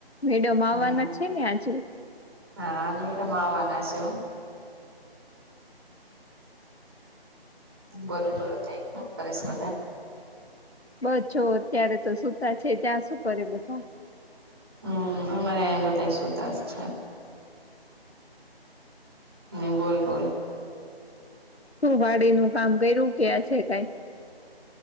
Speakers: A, on the left; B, on the right.
A: મેડમ આવાના
B: હમ
A: છે ને આજે
B: હા મેડમ આવવાના છે હો. બોલો બોલો તે શું કરેસ બધા એ.
A: બસ છો અત્યારે તો સૂતા છે ત્યાં સુું કરે બધા..
B: હમ અમારે એમ બધા સુતા છે ને બોલ બોલ
A: સું વાડી નું કામ કરું કયાં છે ટાઈમ.